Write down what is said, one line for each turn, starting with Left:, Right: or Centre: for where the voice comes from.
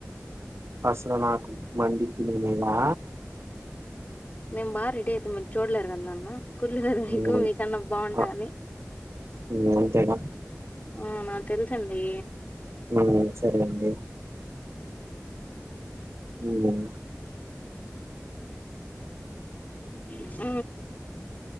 Right: అసలా నాకు మండింది నిన్నా
Left: నే బా రెడి అయితే మరి చూడ్లేరుకద్ నన్ను కుల్ కదా మీకు
Right: ఉమ్,
Left: మీకన్నా బాగుంటా
Right: ఆ,
Left: అని
Right: ఉమ్, అంతేగా
Left: మ్మ్ మ తెలుసండీ
Right: ఆ సరే అండి మ్మ్
Left: <unintelligible> ఆ